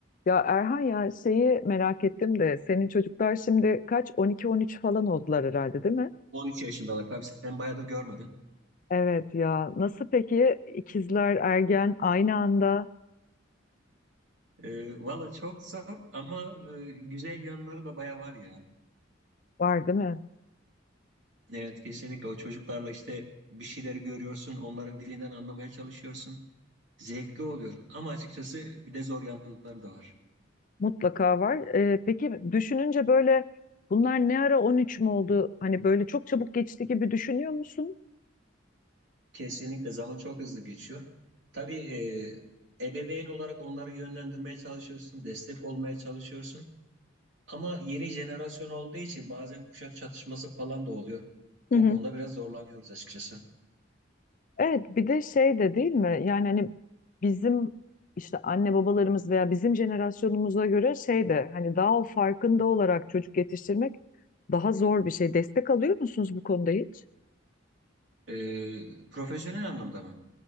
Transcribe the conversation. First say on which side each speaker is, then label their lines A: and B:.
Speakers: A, on the left (about 45°); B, on the right (about 65°).
A: Ya Erhan ya şeyi merak ettim de senin çocuklar şimdi kaç 12-13 falan oldular herhalde değil mi?
B: 13 yaşındalar. Tabii sen bayağıdır görmedin.
A: Evet ya nasıl peki ikizler ergen aynı anda
B: Ee, valla çok zor ama e, güzel yanları da bayağı var ya.
A: var değil mi?
B: Evet kesinlikle o çocuklarla işte bir şeyleri görüyorsun, onların dilinden anlamaya çalışıyorsun. Zevkli oluyor ama açıkçası bir de zor yanları da var.
A: Mutlaka var. Ee, peki düşününce böyle bunlar ne ara 13 mü oldu? Hani böyle çok çabuk geçti gibi düşünüyor musun?
B: Kesinlikle zaman çok hızlı geçiyor. Tabii e, ebeveyn olarak onları yönlendirmeye çalışıyorsun, destek olmaya çalışıyorsun. Ama yeni jenerasyon olduğu için bazen kuşak çatışması falan da oluyor. O
A: Hı hı.
B: konuda biraz zorlanıyoruz açıkçası.
A: Evet bir de şey de değil mi? Yani hani bizim işte anne babalarımız veya bizim jenerasyonumuza göre şey de hani daha o farkında olarak çocuk yetiştirmek daha zor bir şey. Destek alıyor musunuz bu konuda hiç?
B: Ee, profesyonel anlamda mı?